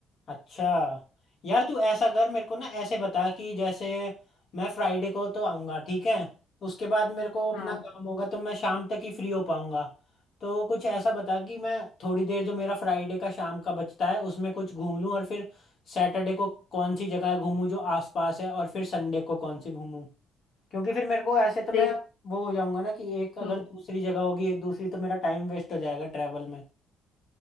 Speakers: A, on the left (about 45°); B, on the left (about 85°).
A: अच्छा यार तू ऐसा कर मेरे को ना ऐसे बता कि जैसे मैं फ्राइडे को तो आऊँगा ठीक है उसके बाद मेरे को अपना
B: हाँ
A: काम होगा तो मैं शाम तक ही फ्री हो पाऊँगा तो कुछ ऐसा बता कि मैं थोड़ी देर जो मेरा फ्राइडे का शाम का बचता है उसमें कुछ घूम लूँ और फिर सैटरडे को कौन सी जगह घूमूँ जो आसपास है और फिर संडे को कौन सी घूमूँ क्योंकि फिर मेरे को ऐसे तो
B: देख
A: मैं वो हो जाऊँगा ना कि एक अगर
B: हम्म।
A: दूसरी जगह होगी एक दूसरी तो मेरा टाइम वेस्ट हो जाएगा ट्रैवल में